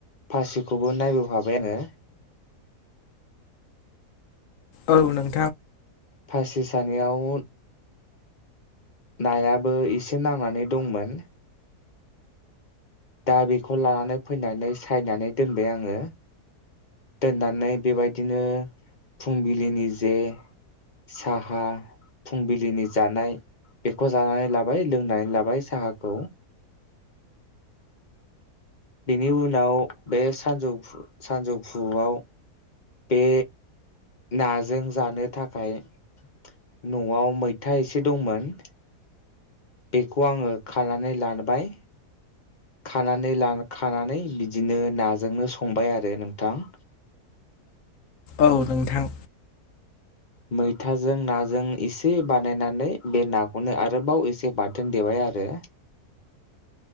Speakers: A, on the left; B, on the left.
A: फासिखौबो नायबो हाफाय आङो।
B: औ नं
A: फासिस दानियाव नायाबो एसे नांनानै दंमोन। दा बेखौ लानानै फैनानै सायनानै दोनबाय आङो दोननानै बेबायदिनो फुंबिलिनि जे साहा फुंबिलिनि जानाय बेखौ जानानै लाबाय लोंनानै लाबाय साहाखौ बेनि उनाव बे सानजौफु सानजौफुआव बे नाजों जानो थाखाय न'आव मैथा एसे दंमोन। बेखौ आङो खानानै लानबाय खानानै खानानै बिदिनो नाजोंनो संबाय आरो नोंथां।
B: औ नोंथां
A: मैथाजों नाजों एसे बानायनानै बे नाखौनो आरोबाव एसे बाथोन देबाय आरो